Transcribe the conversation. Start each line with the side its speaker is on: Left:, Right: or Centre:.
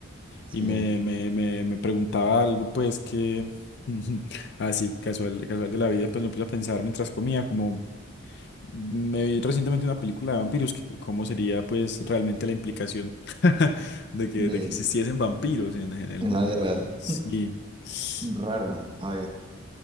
Right: Sí,
Left: y me,
Right: sí,
Left: me, me, me preguntaba algo, pues que, <laughs> ah sí, casual, casual de la vida, pues me puse a pensar mientras comía, como me vi recientemente una película de vampiros, que c- cómo sería pues realmente la implicación <laughs> de que,
Right: de,
Left: de que existiesen vampiros en, en el
Right: en
Left: mundo.
Right: la vida real.
Left: Sí. Sí.
Right: Raro. A ver,